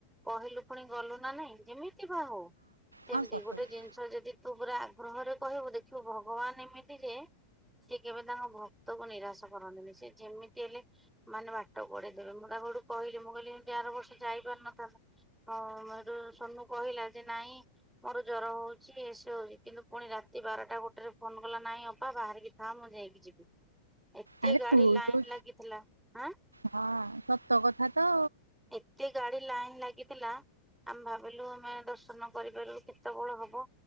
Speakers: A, in the centre; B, on the right.
A: କହିଲୁ ପୁଣି ଗଲୁ ନା ନାଇଁ। ଯେମିତି ବା ହଉ ସେମିତି
B: ହଁ ସତ
A: ଗୋଟେ
B: କଥା
A: ଜିନିଷ ଯଦି ତୁ ପୁରା ଆଗ୍ରହରେ କହିବୁ ଦେଖିବୁ ଭଗବାନ ଏମିତି ଯେ ସେ କେବେ ତାଙ୍କ ଭକ୍ତକୁ ନିରାଶ କରନ୍ତିନି। ସେ ଯେମିତି ହେଲେ ମାନେ ବାଟ କଢେଇ ଦେବେ। ମୁଁ ତା ହେଠୁ କହିଲି ମୁଁ କହିଲି ହେନ୍ତି ଆର ବର୍ଷ ଯାଇପାରିନଥାନ୍ତୁ। ଏଠୁ କହିଲା ଯେ ନାଇଁ ମୋର ଜର ହଉଛି ଏସ ହଉଛି। କିନ୍ତୁ ପୁଣି ରାତି ବାରଟା ଗୋଟେରେ ଫୋନ କଲା ନହିଁ ଅପା ବାହାରିକି ଥା ମୁଁ ଯାଇକି ଯିବି। ଏତେ
B: ଆରେ
A: ଗାଡି
B: ତୁ
A: ଲାଇନ
B: ଯୋଉ
A: ଲାଗିଥିଲା। ଆଁ
B: ହଁ ସତ କଥା ତ।
A: ଏତେ ଗାଡି ଲାଇନ ଲାଗିଥିଲା ଆମେ ଭାବିଲୁ ଆମେ ଦର୍ଶନ କରିପାରିଲୁ କେତେ ବଳ ହବ।